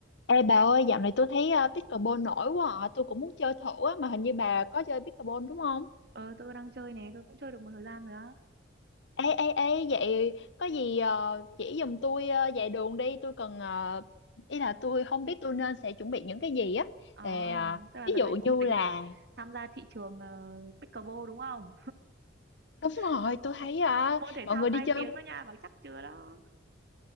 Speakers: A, on the left; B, on the right.
A: Ê bà ơi, dạo này tôi thấy ờ, pickleball nổi quá à. Tôi cũng muốn chơi thử á, mà hình như bà có chơi pickleball đúng không?
B: Ờ, tôi đang chơi này, tôi cũng chơi được một thời gian rồi á.
A: Ê, ê, ê, vậy có gì ờ, chỉ giùm tôi ờ, vài đường đi. Tôi cần, ờ, ý là tôi không biết tôi nên sẽ chuẩn bị những cái gì á.
B: À,
A: Ờ,
B: tức là
A: ví
B: đợt
A: dụ
B: này cũng
A: như
B: tính
A: là,
B: là tham gia thị trường ờ, pickleball đúng không?
A: đúng rồi,
B: <laughs>
A: tôi thấy ờ,
B: Môn thể
A: mọi
B: thao
A: người đi
B: tai
A: chơi
B: tiếng đó nha, bảo chắc chưa đó.